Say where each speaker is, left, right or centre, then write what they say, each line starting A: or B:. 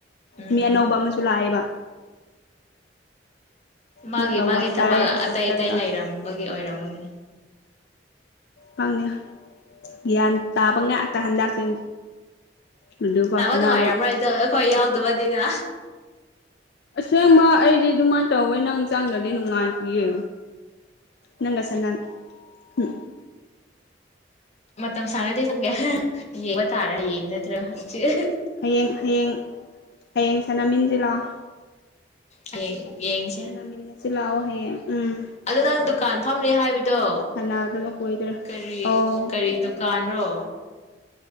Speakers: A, on the left; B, on the left.
A: ꯎꯝ
B: ꯃꯤ ꯑꯅꯧꯕ ꯑꯃꯁꯨ ꯂꯥꯛꯑꯦꯕ
A: ꯃꯥꯒꯤ
B: ꯑꯗꯨꯒ
A: ꯃꯥꯒꯤ
B: ꯋꯥꯇꯔ
A: ꯊꯕꯛ ꯑꯇꯩ
B: ꯋꯥꯇꯔꯒ
A: ꯑꯇꯩ ꯂꯩꯔꯝꯕꯒꯤ ꯑꯣꯏꯔꯝꯒꯅꯤ
B: ꯈꯪꯅꯦ ꯒ꯭ꯌꯥꯟ ꯇꯥꯕ ꯉꯥꯛꯇ ꯍꯟꯗꯛꯁꯦ ꯂꯨꯗꯨ
A: ꯁꯅꯕ
B: ꯐꯥꯎ ꯁꯥꯟꯅꯕ
A: ꯅꯨꯡꯉꯥꯏꯔꯝꯃꯔꯣꯏꯗꯣ ꯑꯩꯈꯣꯏ
B: ꯆꯪꯗꯦ
A: ꯌꯥꯎꯗꯕꯅꯤꯅ
B: ꯑꯁꯦꯡꯕ ꯑꯩꯗꯤ ꯑꯗꯨꯃꯥꯏꯅ ꯇꯧꯋꯦ ꯅꯪ ꯆꯪꯒ꯭ꯔꯗꯤ ꯅꯨꯡꯉꯥꯏꯇꯤꯌꯦ ꯅꯪꯒꯥ ꯁꯅ ꯎ
A: ꯃꯇꯝ ꯁꯥꯡꯉꯗꯤ ꯆꯪꯒꯦ ꯌꯦꯡꯕ ꯇꯥꯔꯦ ꯍꯌꯦꯡ ꯅꯠꯇ꯭ꯔ ꯍꯪꯆꯤꯠ
B: ꯍꯌꯦꯡ ꯍꯌꯦꯡ ꯍꯌꯦꯡ ꯁꯅꯃꯤꯟꯖꯤ ꯂꯥꯎ
A: ꯍꯌꯦꯡ ꯌꯦꯡꯁꯦ
B: ꯁꯅꯃꯤꯅꯁꯤ ꯂꯥꯛꯑꯣ ꯍꯌꯦꯡ ꯎꯝ
A: ꯑꯗ ꯅꯪ ꯗꯨꯀꯥꯟ ꯐꯝꯅꯤ ꯍꯥꯏꯕꯗꯣ
B: ꯁꯥꯟꯅꯗꯕ ꯀꯨꯏꯗ꯭ꯔꯦ
A: ꯀꯔꯤ
B: ꯑꯧ
A: ꯀꯔꯤ ꯗꯨꯀꯥꯟꯔꯣ